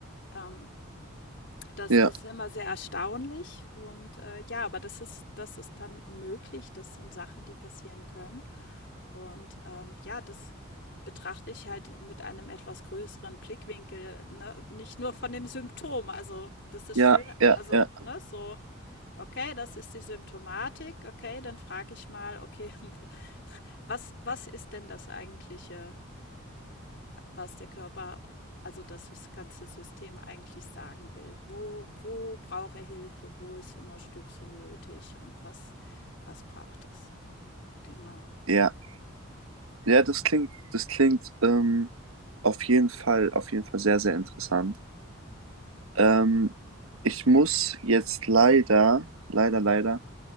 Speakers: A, on the left (about 55°); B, on the right (about 80°).
A: Ähm, das
B: ja,
A: ist immer sehr erstaunlich und, äh, ja, aber das ist das ist dann möglich. Das sind Sachen, die passieren können und, ähm, ja, das betrachte ich halt mit einem etwas größeren Blickwinkel, ne? Nicht nur von dem Symptom. Also, das ist
B: ja,
A: schön
B: ja,
A: also,
B: ja,
A: ne, so, okay, das ist die Symptomatik. Okay, dann frage ich mal, okay, <laughs> wo was was ist denn das eigentliche was der Körper, also das ganze System eigentlich sagen will. Wo, wo braucht er Hilfe? Wo ist Unterstützung nötig? Und was, was braucht es? Genau.
B: ja. Ja, das klingt, das klingt ähm, auf jeden Fall, auf jeden Fall sehr, sehr interessant. Ähm, ich muss jetzt leider, leider, leider,